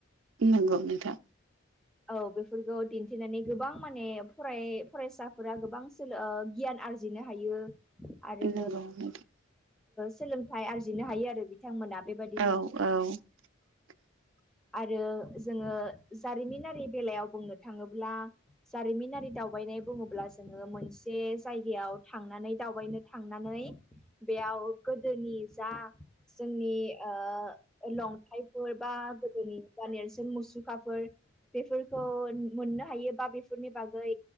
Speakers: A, on the right; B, in the centre.
A: नंगौ नोंथां
B: औ बेफोरखौ दिन्थिनानै गोबां माने फरायसाफोरा गोबां सोलो गियान आरजिनो हायो आरो
A: नंगौ नोंथां
B: सोलोंथाइ आरजिनो हायो आरो बि बिथांमोना बेबायदिनो
A: औ औ <inaudible>
B: आरो जोङो जारिमिनारि बेलायाव बुंनो थाङोब्ला जारिमिनारि दावबायनाय बुङोब्ला जोङो मोनसे जायगायाव थांनानै दावबायनो थांनानै बेयाव गोदोनि जा जोंनि ओ लंथाइ फोर बा गोदोनि बा नेरसोन मुसुखाफोर बेफोरखौ मोननो हायोबा बेफोरनि बागै